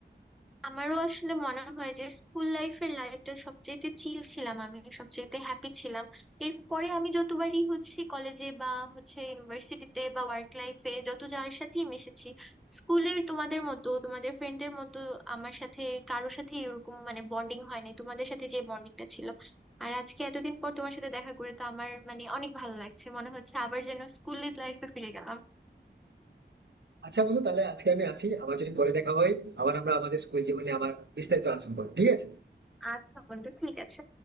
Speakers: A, in the centre; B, on the right.
A: আমারও আসলে মনে হয় যে স্কুল লাইফের লাইফটা সবচেয়েতে চিল ছিলাম আমি সবচেয়েতে হ্যাপি ছিলাম এরপরে আমি যতবারই হচ্ছে কলেজে বা হচ্ছে ইউনিভার্সিটিতে বা ওয়ার্ক লাইফে যত যার সাথেই মিশেছি স্কুলের তোমাদের মতো তোমাদের ফ্রেন্ডদের মতো আমার সাথে কারোর সাথে এরকম মানে বন্ডিং হয় নাই তোমাদের সাথে যে বন্ডিংটা ছিল আর আজকে এতদিন পর তোমার সাথে দেখা করে তো আমার মানে অনেক ভালো লাগছে মনে হচ্ছে আবার যেন স্কুলের লাইফে ফিরে গেলাম
B: আচ্ছা বন্ধু তাহলে আজকে আমি আসি আবার যদি পরে দেখা হয় আবার আমরা আমাদের স্কুল জীবনে আবার বিস্তারিত আলোচনা করবো ঠিক আছে
A: আচ্ছা বন্ধু ঠিক আছে